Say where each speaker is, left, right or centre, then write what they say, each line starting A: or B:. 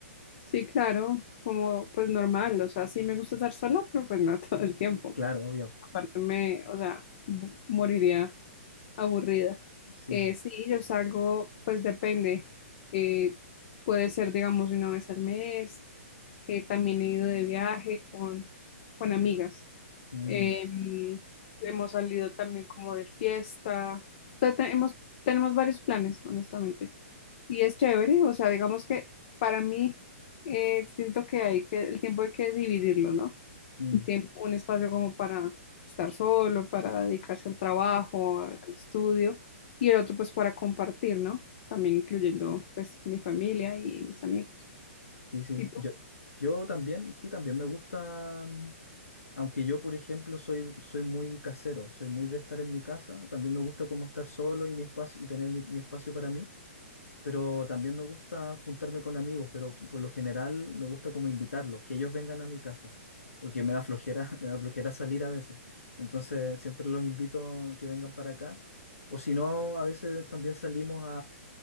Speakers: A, on the left (about 50°); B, on the left (about 80°).
A: Sí, claro, como pues normal, o sea, sí me gusta estar sola, pero pues no <laughs> todo el tiempo.
B: Claro, obvio,
A: Aparte me, o sea, bu- moriría aburrida.
B: sí.
A: Eh, sí, yo salgo, pues depende. eh, puede ser, digamos, una vez al mes. eh, también he ido de viaje con, con amigas.
B: Mm,
A: Em, hemos salido también como de fiesta. O sea, te- hemos- tenemos varios planes, honestamente. Y es chévere, o sea, digamos que para mí eh, siento que hay que, el tiempo hay que dividirlo, ¿no?
B: mm,
A: Un tiempo, un espacio como para estar solo, para dedicarse al trabajo, al estudio, y el otro pues para compartir, ¿no? También incluyendo pues mi familia y mis amigos.
B: sí, sí.
A: ¿Y tú?
B: Yo, yo también, sí, también me gusta. mm, Aunque yo, por ejemplo, soy, soy muy casero, soy muy de estar en mi casa, también me gusta como estar solo y mi espacio y tener mi, mi espacio para mí, pero también me gusta juntarme con amigos, pero por lo general me gusta como invitarlos, que ellos vengan a mi casa, porque me da flojera, <laughs> me da flojera salir a veces. Entonces, siempre los invito que vengan para acá, o si no, a veces también salimos